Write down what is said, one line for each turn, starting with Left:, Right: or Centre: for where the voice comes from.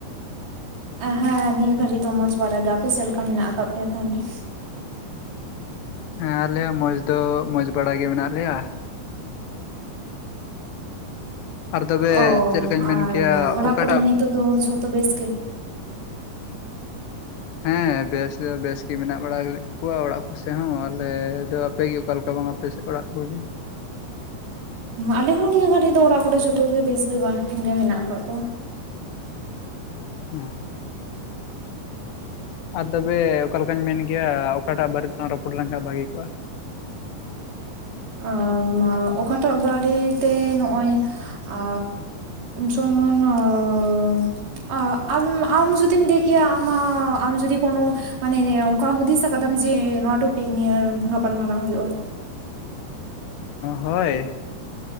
Right: ᱦᱮᱸ ᱱᱤᱭᱟᱹ ᱜᱷᱟᱹᱲᱤᱡ ᱫᱚ ᱢᱚᱸᱡᱽ ᱵᱟᱲᱟ ᱜᱮ, ᱟᱯᱮ ᱪᱮᱫ ᱞᱮᱠᱟ ᱢᱮᱱᱟᱜ ᱟᱠᱟᱫ ᱯᱮᱭᱟ ᱛᱟᱦᱚᱞᱮ?
Left: ᱦᱮᱸ ᱟᱞᱮ ᱦᱚᱸ ᱢᱚᱸᱡᱽ ᱫᱚ ᱢᱚᱸᱡᱽ ᱵᱟᱲᱟ ᱜᱮ ᱢᱮᱱᱟᱜ ᱞᱮᱭᱟ᱾ ᱟᱨ ᱛᱚᱵᱮ
Right: ᱚ
Left: ᱪᱮᱫ ᱞᱮᱠᱟᱧ ᱢᱮᱱ
Right: ᱟᱨ
Left: ᱠᱮᱭᱟ
Right: ᱚᱲᱟᱜ
Left: ᱚᱠᱟᱴᱟᱜ
Right: ᱠᱚᱨᱮ ᱱᱤᱛᱳᱜ ᱫᱚ ᱡᱷᱚᱛᱚ ᱵᱮᱥ ᱜᱮ᱾
Left: ᱦᱮᱸ ᱵᱮᱥ ᱫᱚ ᱵᱮᱥᱜᱮ ᱢᱮᱱᱟᱜ ᱵᱟᱲᱟ ᱠᱚᱣᱟ ᱚᱲᱟᱜ ᱠᱚᱥᱮᱫ ᱦᱚᱸ ᱟᱞᱮᱫᱚ ᱟᱯᱮ ᱜᱮ ᱚᱠᱟ ᱞᱮᱠᱟ ᱵᱟᱝ ᱟᱯᱮ ᱥᱮᱫ ᱚᱲᱟᱜ ᱠᱚᱜᱮ?
Right: ᱟᱞᱮ ᱦᱚᱸ ᱱᱤᱭᱟᱹ ᱜᱷᱟᱹᱲᱤᱡ ᱫᱚ ᱚᱲᱟᱜ ᱠᱚᱨᱮ ᱡᱷᱚᱛᱚ ᱜᱮ ᱵᱮᱥ ᱜᱮ ᱵᱟᱝ ᱜᱮ ᱢᱮᱱᱟᱜ ᱟᱠᱟᱜ ᱠᱚᱣᱟ᱾
Left: ᱦᱩᱸ ᱟᱨ ᱛᱚᱵᱮ ᱚᱠᱟ ᱞᱮᱠᱟᱧ ᱢᱮᱱ ᱠᱮᱭᱟ, ᱚᱠᱟᱴᱟᱜ ᱵᱟᱨᱮ ᱛᱮᱞᱟᱝ ᱨᱚᱯᱚᱲ ᱞᱮᱱᱠᱷᱟᱱ ᱵᱷᱟᱹᱜᱤ ᱠᱚᱜᱼᱟ᱾
Right: ᱟ ᱢᱟ ᱚᱠᱟᱴᱟᱜ ᱵᱟᱨᱮ ᱛᱮ ᱱᱚᱜᱼᱚᱭ ᱟ ᱡᱮᱢᱚᱱ ᱟ᱾ ᱚ ᱟᱢ ᱟᱢ ᱡᱩᱫᱤᱢ ᱞᱟᱹᱭ ᱠᱮᱭᱟ ᱟᱢᱟᱜ ᱟᱢ ᱡᱩᱫᱤ ᱠᱳᱱᱳ ᱢᱟᱱᱮ ᱚᱱᱠᱟ ᱦᱩᱫᱤᱥ ᱟᱠᱟᱫᱟᱢ ᱡᱮ ᱱᱚᱣᱟ ᱴᱚᱯᱤᱠ ᱱᱤᱭ ᱜᱟᱯᱟᱞᱢᱟᱨᱟᱣ ᱦᱩᱭᱩᱜᱼᱟ᱾
Left: ᱦᱳᱭ᱾